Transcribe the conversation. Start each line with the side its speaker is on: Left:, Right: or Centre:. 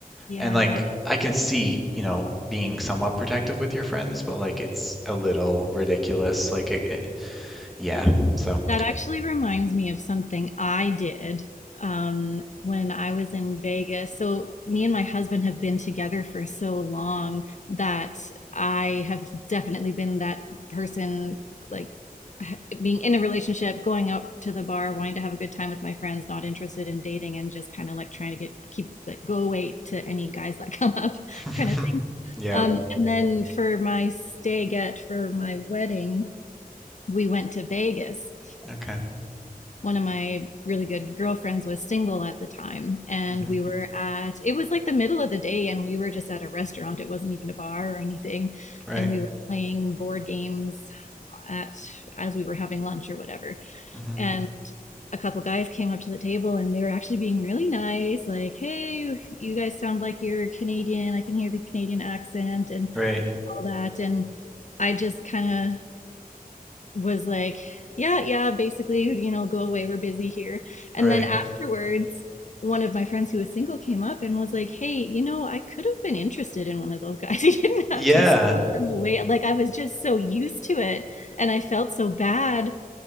Left: Yeah.
Centre: And like I can see, you know, being somewhat protective with your friends, but like it's a little ridiculous. Like it, it- yeah. So
Left: That actually reminds me of something I did um, when I was in Vegas. So, me and my husband have been together for so long that I have definitely been that person, like ha- being in a relationship, going out to the bar, wanting to have a good time with my friends, not interested in dating, and just kind of like trying to get keep like go away to any guys that come up, <laughs>
Centre: mm.
Left: kind of thing.
Centre: <laughs>
Left: Um,
Centre: Yeah.
Left: and then for my stay get for my wedding, we went to Vegas
Centre: Okay.
Left: one of my really good girlfriends was single at the time and
Centre: hmm
Left: we were at it was like the middle of the day and we were just at a restaurant it wasn't even a bar or anything
Centre: Right.
Left: and we were playing board games at as we were having lunch or whatever
Centre: hmm
Left: and a couple guys came up to the table and they were actually being really nice like hey you guys sound like you're Canadian I can hear the Canadian accent and
Centre: Right.
Left: all that and I just kind of was like, yeah, yeah, basically, you know, go away, we're busy here. And
Centre: Right.
Left: then afterwards, one of my friends who was single came up and was like, hey, you know, I could have been interested in one of those guys. <laughs> You didn't have
Centre: Yeah.
Left: to swat them away. Like, I was just so used to it and I felt so bad.